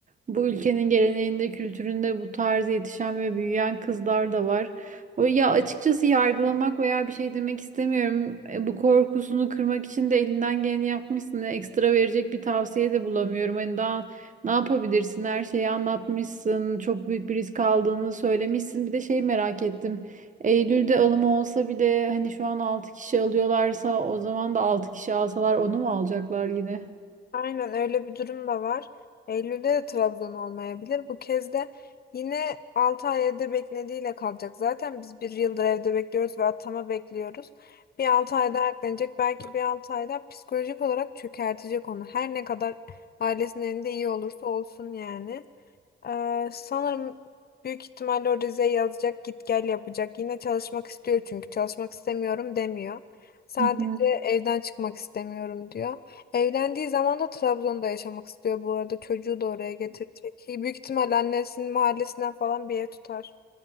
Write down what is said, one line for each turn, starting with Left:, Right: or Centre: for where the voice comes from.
Right: bu ülkenin geleneğinde, kültüründe bu tarz yetişen ve büyüyen kızlar da var. O ya açıkçası yargılamak veya bir şey demek istemiyorum. E, bu korkusunu kırmak için de elinden geleni yapmışsın. E, Ekstra verecek bir tavsiye de bulamıyorum. Hani daha ne yapabilirsin? Her şeyi anlatmışsın. Çok büyük bir risk aldığını söylemişsin. Bir de şey merak ettim. Eylül'de alımı olsa bile hani şu an 6 kişi alıyorlarsa o zaman da 6 kişi alsalar onu mu alacaklar yine?
Left: Aynen öyle bir durum da var. Eylül'de de Trabzon olmayabilir. Bu kez de yine 6 ay evde beklediğiyle kalacak. Zaten biz bir yıldır evde bekliyoruz ve atama bekliyoruz. Bir 6 ay daha eklenecek. Belki bir 6 ay daha psikolojik olarak çökertecek onu. Her ne kadar ailesinin elinde iyi olursa olsun yani. Ee, sanırım büyük ihtimalle o Rize'ye yazacak, git gel yapacak. Yine çalışmak istiyor çünkü çalışmak istemiyorum demiyor. Sadece
Right: Hı hı.
Left: evden çıkmak istemiyorum diyor. Evlendiği zaman da Trabzon'da yaşamak istiyor bu arada. Çocuğu da oraya getirecek. Büyük ihtimalle annesinin mahallesinden falan bir ev tutar.